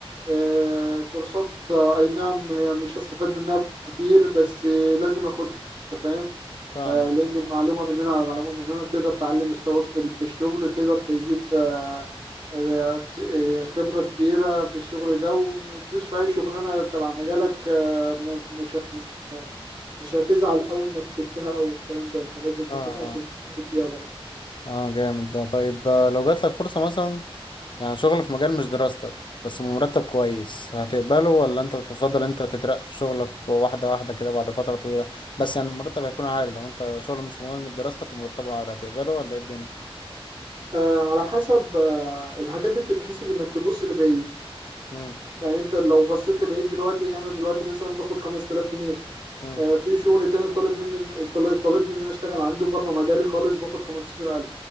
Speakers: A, on the right; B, on the left.
A: آه، كورسات آه، أي نعم هي مش هستفاد منها كتير بس آه، لازم أخدها أنت فاهم
B: فاهمك
A: آه، لأن معلومة من هنا على معلومة من هنا تقدر تعلي مستواك في ال- في الشغل تقدر تجيب آه، آه، آه، خبرة كبيرة في الشغل ده وتدوس في أي شغلانة تبع مجالك آه، مش مش مش هتزعل قوي انك سبتها او الكلام ده انت لازم تاخدها
B: اه اه
A: عشان تستفيد بيها برضه
B: اه جامد ده طيب آه، لو جات لك فرصه مثلا يعني شغل في مجال مش دراستك بس بمرتب كويس هتقبله ولا انت تفضل انت تترقى في شغلك واحدة واحدة كده بعد فترة طويلة بس يعني المرتب هيكون عالي لو انت شغل مش مهم بدراستك ومرتبه عالي هتقبله ولا ايه الدنيا
A: آه على حسب آه الحاجات دي بتتحسب انك تبص لبعيد
B: مم.
A: يعني انت لو بصيت لبعيد دلوقتي انا دلوقتي مثلا باخد 5000 جنيه
B: مم.
A: آه، في شغل تاني طالب مني طال- طالبني ان انا اشتغل عنده بره مجالي خالص باخد 15000